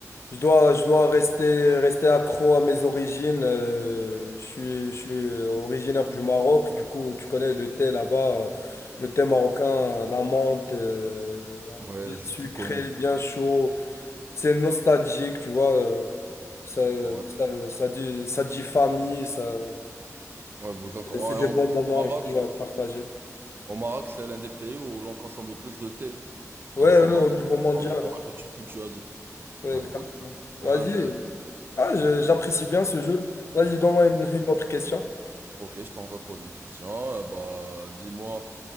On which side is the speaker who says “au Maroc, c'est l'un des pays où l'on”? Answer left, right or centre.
Right